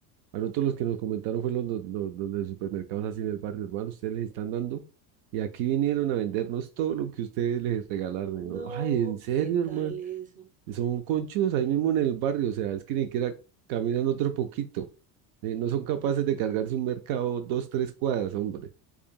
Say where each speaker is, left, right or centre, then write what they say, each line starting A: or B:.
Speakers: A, on the right; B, on the right.
A: A nosotros los que nos comentaron fueron los, los, los de supermercados así en el barrio urbano, ustedes les están dando. Y aquí vinieron a vendernos todo lo que ustedes les regalaron.
B: No,
A: Y nos, ay, ¿en serio,
B: ¿qué tal
A: hermano?
B: eso?
A: Son conchudos ahí mismo en el barrio, o sea, es que ni siquiera caminan otro poquito. eh, no son capaces de cargarse un mercado dos, tres cuadras, hombre.